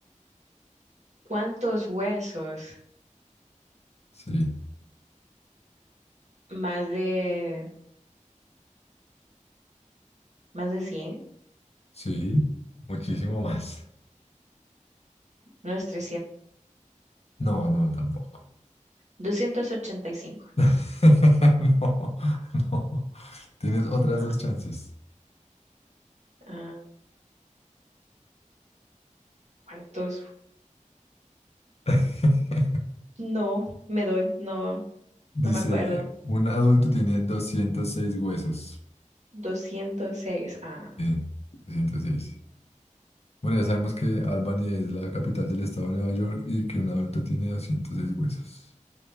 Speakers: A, on the right; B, on the left.
A: ¿Cuántos huesos?
B: Sí,
A: Más de, más de cien,
B: sí, muchísimo más.
A: unos
B: No, no, tampoco.
A: 300, 285.
B: <laughs> No, no. Tienes otras
A: No,
B: dos chances.
A: ah, ¿cuántos?
B: <laughs>
A: No, me doy, no,
B: Dice,
A: no me acuerdo.
B: un adulto tiene 206 huesos.
A: 206. Ah,
B: Sí, 206. Bueno, ya sabemos que Albany es la capital del estado de Nueva York y que un adulto tiene 206 huesos.